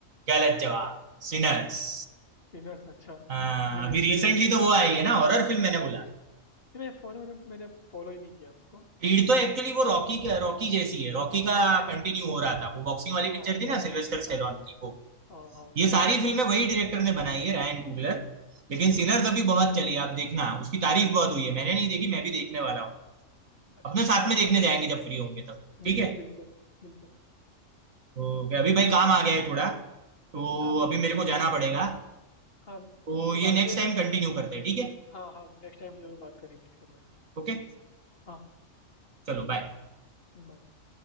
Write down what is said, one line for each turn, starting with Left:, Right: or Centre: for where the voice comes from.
Right: गलत जवाब सिनर्स
Left: सिनियर्स अच्छा
Right: हाँ
Left: नहीं मेरे
Right: अभी रिसेंटली
Left: मैंने
Right: तो वो आई है ना हॉरर फिल्म मैंने बोला
Left: नहीं, मेरे फोन में मतलब मैंने फॉलो ही नहीं किया उसको
Right: क्रीड तो एक्चुअली वो रॉकी रॉकी जैसी है रॉकी
Left: हाँ
Right: का
Left: ठीक
Right: कंटिन्यू हो रहा था वो बॉक्सिंग वाली
Left: हाँ
Right: पिक्चर
Left: हाँ
Right: थी
Left: हाँ
Right: ना सिल्वेस्टर स्टेलोन
Left: हाँ
Right: की वो
Left: हाँ हाँ
Right: ये सारी फिल्में वही डायरेक्टर ने बनाई है रायन कुगलर लेकिन सिनर्स अभी बहुत चली आप देखना उसकी तारीफ बहुत हुई है मैंने नहीं देखी मैं भी देखने वाला हूँ
Left: अच्छा
Right: अपने साथ में
Left: हाँ
Right: देखने जाएंगे जब फ्री होंगे तब ठीक
Left: बिल्कुल
Right: है
Left: बिल्कुल बिल्कुल
Right: तो क्या अभी भाई काम आ गया है थोड़ा तो
Left: हाँ बिल्कुल
Right: अभी मेरे को जाना पड़ेगा
Left: हाँ
Right: तो ये
Left: बाद
Right: नेक्स्ट
Left: में
Right: टाइम
Left: ना
Right: कंटिन्यू करते हैं ठीक है
Left: हाँ हाँ नेक्स्ट टाइम जरूर बात करेंगे इसके बारे में
Right: ओके
Left: हाँ
Right: चलो बाय
Left: bye.